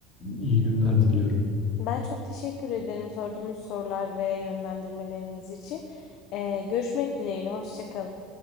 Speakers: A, on the left; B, on the left.
A: İyi günler diliyorum.
B: Ben çok teşekkür ederim sorduğunuz sorular veya yönlendirmeleriniz için. Ee, görüşmek dileğiyle. Hoşça kalın.